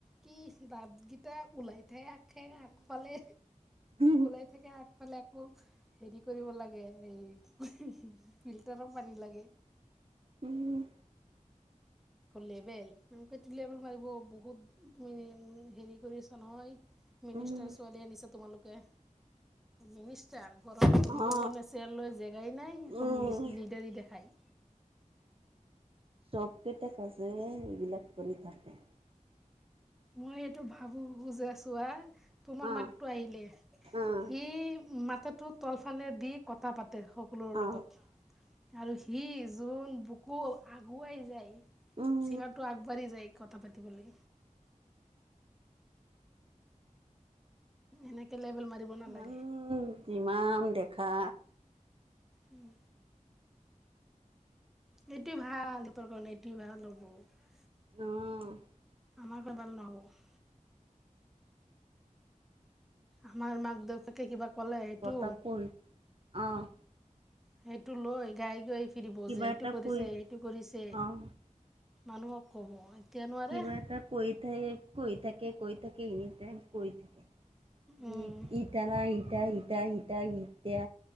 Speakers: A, in the centre; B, on the right (about 45°).
A: কি দাত কেইটা ওলাই থা সেই অফালে,
B: উম,
A: লাই থাকে আগফালে আকৌ হেৰি কৰিব লাগে এই ফিল্টাৰৰ পানী লাগে।
B: উম,
A: লেভেল-লেভেল মাৰিব বহুত তুমি হেৰি কৰি আছা নহয়। মিনিষ্টাৰ
B: উম
A: ছোৱালী আনিছা তোমালোকে মিনিষ্টাৰ, ঘৰত ঘুৰিব
B: অ
A: কাৰনে চেযাৰ লৈ জেগাই নাই আকৌ
B: উম
A: মিনি লিডাৰি দেখাই,
B: চবকেইটা কাজে এইবিলাক কৰি থাকে।
A: মই এইটো ভাবো বুজেছোৱা। তোমাৰ
B: অ',
A: মাকটো আহিলে
B: অ'।
A: সি মাথাটো তলফালে দি কথা পাত তে সকলোৰ
B: অ',
A: লগত। আৰু সি যোন বুকু আগুৱাই যায়
B: উম,
A: চীনাটো আগবাঢ়ি যায়। কথা পাতিব লে। এনেকে লেবেল মাৰিব নালাগে।
B: ইমান যিমান দেখা।
A: উম। এইটোৱে ভাল সিহঁতৰ কাৰণে এইটো ভাল হ'ব।
B: অ'।
A: আমাৰ বাবে ভাল নহ'ব। আমাৰ মাক দেউতাকে কিবা ক'লে সেইটো
B: কথা কৈ অ'।
A: সেইটো লৈ গাই-গাই ফুৰিব
B: কিবা
A: যে এইটো
B: এটা
A: কৰিছে
B: কৈ
A: সেইটো কৰিছে।
B: অ',
A: মানুহক ক'ব। এতিয়া নোৱাৰে
B: কিবা এটা কৈ থাকে, কৈ থাকে- কৈ থাকে, এনিটাইম কৈ থাকে।
A: উম,
B: ই ইত ন ইটা সিটা সিতা ইতা।